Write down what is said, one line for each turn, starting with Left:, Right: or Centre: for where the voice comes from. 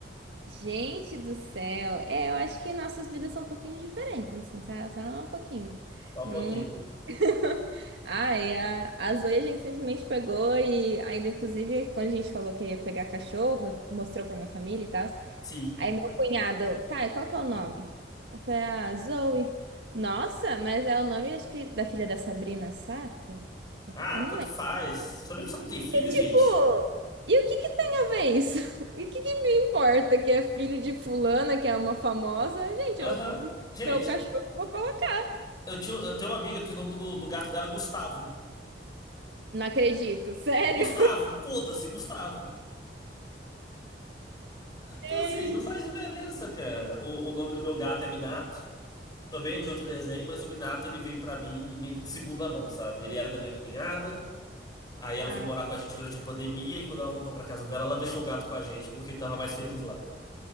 Right: Gente do céu, é, eu acho que nossas vidas são um pouquinho diferentes, assim, sabe? Só um pouquinho.
Left: Só
Right: Não...
Left: um pouquinho.
Right: <laughs> Ai, a, a Zoe a gente simplesmente pegou e ainda, inclusive, quando a gente falou que ia pegar cachorro, mostrou pra minha família e tal.
Left: Sim.
Right: Aí meu cunhado, tá, e qual que é o nome? Eu falei, ah, Zoe. Nossa, mas é o nome, acho que, da filha da Sabrina Sato?
Left: Ah,
Right: Eu não
Left: tanto
Right: lembro.
Left: faz. Sabia que você não tem filho, gente?
Right: Tipo, e o que que tem a ver isso? <laughs> E o que que me importa que é filho de fulana, que é uma famosa? Gente,
Left: Aham.
Right: é o
Left: Gente,
Right: meu cachorro, eu vou colocar.
Left: eu, tinha, eu tenho uma amiga que o nome do, do gato dela é Gustavo.
Right: Não acredito, <laughs> sério?
Left: Gustavo, foda-se, Gustavo. Então,
Right: Ei,
Left: assim, não faz diferença, cara. O, o nome do meu gato é Minato, também é de outro desenho, mas o Minato ele veio pra mim meio que de segunda mão, sabe? Ele era da minha cunhada, aí ela
Right: Ah,
Left: foi morar com a gente durante a pandemia, e quando ela voltou pra casa dela, ela deixou o gato com a gente porque ele tava mais feliz lá.